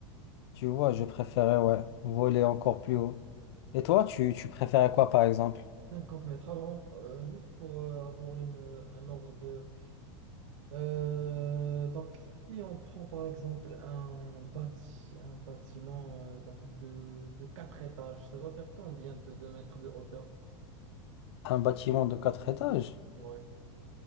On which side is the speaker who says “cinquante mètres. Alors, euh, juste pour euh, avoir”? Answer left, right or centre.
Right